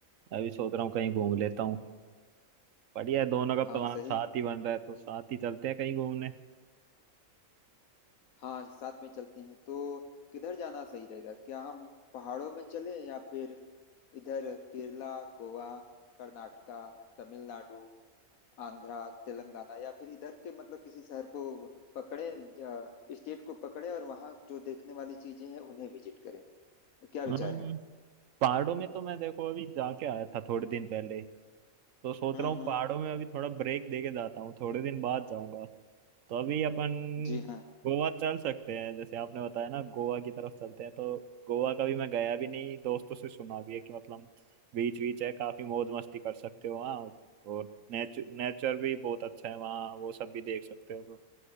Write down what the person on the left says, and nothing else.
हाँ
सही
हाँ साथ में चलते हैं तो किधर जाना सही रहेगा क्या हम पहाड़ों में चलें या फिर इधर केरला गोवा कर्नाटका तमिलनाडु आंध्रा तेलंगाना या फिर इधर के मतलब किसी शहर को पकड़े स्टेट को पकड़े और वहाँ जो देखने वाली चीजें हैं उन्हें विजिट करें क्या
विचार है
हम्म
हम्म
जी हाँ